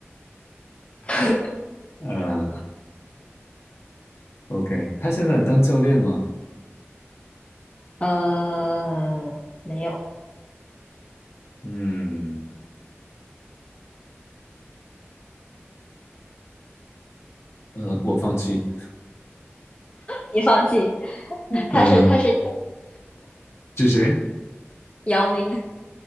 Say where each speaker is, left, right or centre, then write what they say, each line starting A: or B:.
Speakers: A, on the left; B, on the left.
A: <laughs>
B: 嗯 o k 他现在当教练吗？
A: 呃，没有，
B: 嗯，呃，我放弃。
A: 你放弃。他是他是
B: 嗯，<laughs> 呃是谁？
A: 姚明。